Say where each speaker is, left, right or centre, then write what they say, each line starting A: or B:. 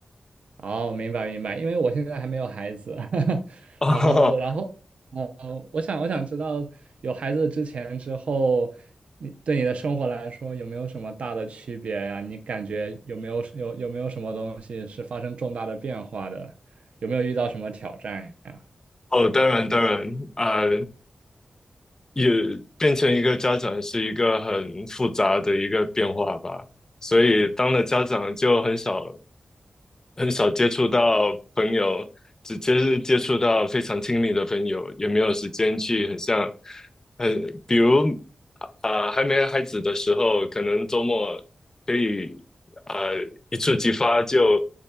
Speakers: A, on the right; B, on the left.
A: 哦，明白明白，因为我现在还没有孩子，<laughs>
B: <laughs> 哦，
A: 然后然后，呃，我想我想知道有孩子之前之后，你对你的生活来说有没有什么大的区别呀？你感觉有没有有有没有什么东西是发生重大的变化的？有没有遇到什么挑战呀？
B: 哦，当然当然，啊、也变成一个家长是一个很复杂的一个变化吧。所以当了家长就很少很少接触到朋友，只接是接触到非常亲密的朋友，也没有时间去很像，很比如啊、呃还没孩子的时候，可能周末可以啊、呃一触即发就